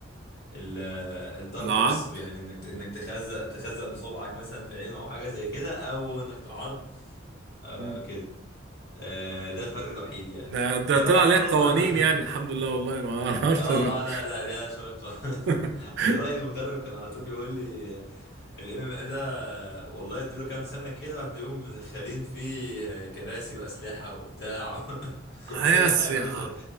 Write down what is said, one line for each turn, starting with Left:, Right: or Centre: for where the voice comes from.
Left: ال الضرب
Right: العض
Left: بص يعني انك انك تخزق تخزق بصبعك مثلا في عينه او حاجة زي كده او انك تعض آه
Right: مم.
Left: كده آه ده الفرق الوحيد يعني
Right: ده, ده
Left: فلو
Right: طلع
Left: عرضت
Right: ليها
Left: دول
Right: قوانين
Left: ما ما-
Right: يعني الحمد لله والله انا ما اعرفش
Left: اه
Right: انا
Left: اه لا لا ليها شوية قوانين.
Right: <laughs>
Left: <laughs> زراير المدرب كان على طول يقول لي الام ام اي ده والله اديله كام سنة كده وهتلاقيهم مدخلين فيه كراسي وأسلحة وبتاع <laughs>
Right: هياس
Left: طلعوا يعملوا
Right: يا
Left: زي